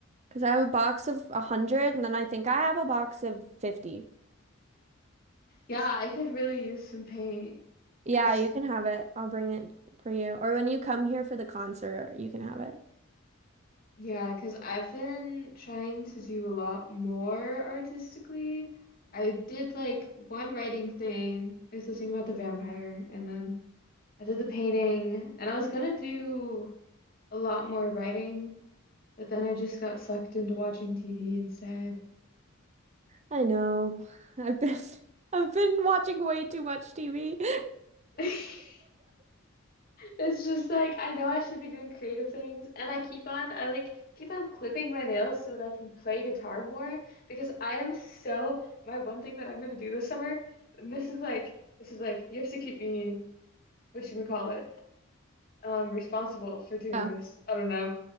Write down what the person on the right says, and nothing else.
Because I have a box of a hundred and then I think I have a box of fifty.
Yeah,
you can have it. I'll bring it for you. Or when you come here for the concert, you can have it.
I know. I've been <laughs> I've been watching way too much TV. <laughs>
Oh,